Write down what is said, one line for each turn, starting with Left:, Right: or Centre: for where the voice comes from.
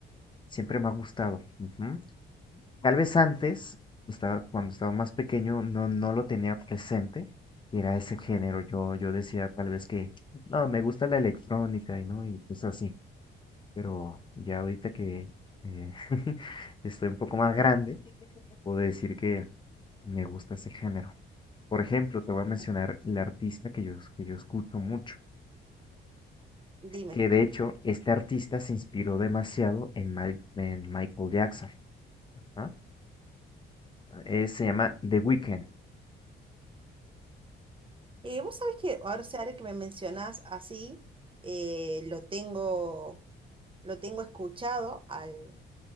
Left: siempre me ha gustado. Ujú. Tal vez antes, estaba, cuando estaba más pequeño, no, no lo tenía presente. y Era ese género. Yo, yo decía tal vez que, no, me gusta la electrónica y no, y cosas así. Pero ya ahorita que eh, <laughs> estoy un poco más grande, puedo decir que me gusta ese género. Por ejemplo, te voy a mencionar
Right: Mm,
Left: la artista que yo, que yo escucho mucho,
Right: Dime.
Left: que de hecho este artista se inspiró demasiado en, Mike- en Michael Jackson. ¿ah? Eh, se llama The Weeknd,
Right: Eh, vos sabés que ahora, o sea, ahora que me mencionás así, eh, lo tengo, lo tengo escuchado al,